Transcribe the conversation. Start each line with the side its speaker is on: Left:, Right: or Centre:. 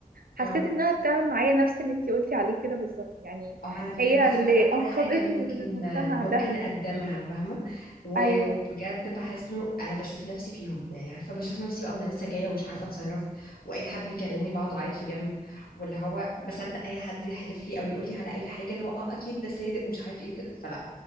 Right: حسيت
Left: اه
Right: انها بتعمل معايا نفس اللي انتي قلتي عليه كده بالظبط يعني
Left: اه على فكرة
Right: هي
Left: بحس
Right: اللي
Left: ده أكبر
Right: <laughs> انقذتني
Left: حاجة ممكن
Right: من المجتمع
Left: ممكن
Right: ده
Left: أقدمها فاهمة و-
Right: ايوه
Left: وبجد بحس إنه أنا بشوف نفسي فيهم يعني عارفة بشوف نفسي بقى وأنا لسه جاية ومش عارفة أتصرف وأي حد بيكلمني بقعد أعيط في جنب واللي هو بصدق أي حد يحلف لي أو يقول لي على أي حاجة اللي هو أه أكيد ده صادق ومش عارف إيه وكده فلا